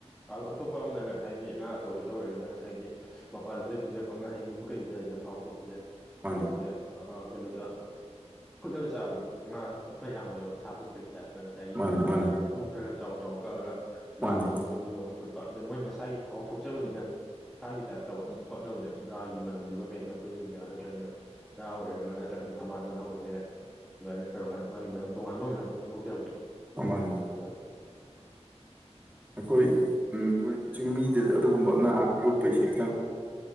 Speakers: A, in the centre; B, on the right (about 15°).
A: ꯑ ꯑꯇꯣꯞꯄ ꯑꯃꯅ ꯉꯁꯥꯏꯒꯤ ꯉꯥ ꯑꯆꯧꯕꯗ ꯑꯣꯏꯔꯒꯅ ꯉꯁꯥꯏꯒꯤ꯫ ꯃꯄꯥꯟ ꯂꯝꯝꯗꯒꯤ ꯄꯨꯖꯔꯛꯄ ꯉꯥꯍꯩꯒꯨꯝꯕ ꯀꯩꯒꯨꯝꯕ ꯂꯩꯗꯅ ꯊꯥꯎ ꯊꯣꯛꯣꯛꯄꯁꯦ
B: ꯃꯥꯅꯤ
A: ꯑꯩꯈꯣꯏꯁꯦ ꯀꯩꯅꯣꯗ ꯐꯨꯠꯂꯒ ꯆꯥꯕꯗꯣ ꯉꯥꯁꯨ ꯐꯨꯠꯄ ꯌꯥꯕꯅꯦꯕ ꯁꯥ ꯐꯨꯠꯄꯒꯤ ꯇꯥꯏꯞꯇ꯫ ꯉꯁꯥꯏꯒꯤ
B: ꯃꯥꯅꯤ ꯃꯥꯅꯤ
A: ꯉꯥ ꯃꯇꯣꯡ ꯈꯔ ꯈꯔ ꯆꯥꯎ ꯆꯥꯎꯀꯛꯑꯒ ꯥꯂꯥ
B: ꯃꯥꯅꯤ
A: ꯑꯃꯅ ꯌꯣꯝꯃꯒ ꯐꯨꯠꯄ ꯑꯗꯣ ꯃꯣꯏ ꯃꯁꯥꯒꯤ ꯊꯥꯎ ꯊꯣꯛꯆꯕꯅꯤꯅ꯫ ꯁꯥꯒꯤ ꯇꯥꯏꯞꯇ ꯑꯗꯨꯝ ꯄꯛꯅꯕꯅꯦꯕ ꯥꯒꯤ ꯃꯝꯗꯨꯒ ꯀꯩꯀ ꯄꯨꯟꯁꯤꯟꯒꯦ ꯅꯠꯇ꯭ꯔꯒꯅ ꯅꯥ ꯑꯣꯏꯔꯒ ꯅꯠꯇ꯭ꯔꯒꯅ ꯊꯝꯕꯥꯜ ꯃꯅꯥ ꯑꯣꯏꯕ ꯌꯥꯏ ꯑꯗꯨꯃꯥꯏꯅ ꯇꯧꯔꯀꯥꯟꯗ ꯃꯥꯒꯤ ꯃꯅꯝ ꯇꯣꯉꯥꯟꯕ ꯃꯅꯝ ꯑꯃꯁꯨ ꯊꯣꯛꯖꯕꯅꯤ꯫
B: ꯑ ꯃꯥꯟ
A: <unintelligible>
B: ꯑꯩꯈꯣꯏ ꯆꯤꯡꯃꯤꯗꯗꯤ ꯑꯗꯨꯒꯨꯝꯕ ꯉꯥ ꯌꯣꯛꯄ ꯏꯁꯩꯁꯦ ꯈꯤꯇꯪ